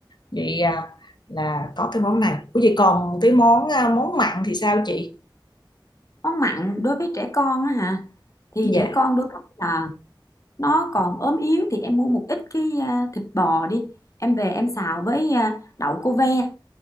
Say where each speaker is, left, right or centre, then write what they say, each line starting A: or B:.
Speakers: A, on the left; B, on the left.
A: Vậy à, là có cái món này. Ủa vậy còn cái món à, món mặn thì sao chị?
B: món mặn đối với trẻ con á hả thì
A: Dạ,
B: trẻ con đôi khi là nó còn ốm yếu thì em mua một ít cái à, thịt bò đi em về em xào với à, đậu cô ve